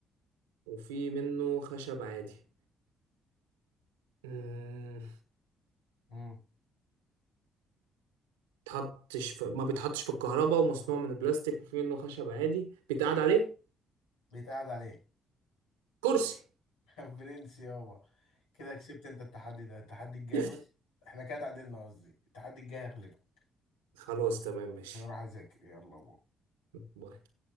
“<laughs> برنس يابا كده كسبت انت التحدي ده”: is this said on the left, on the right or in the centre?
Left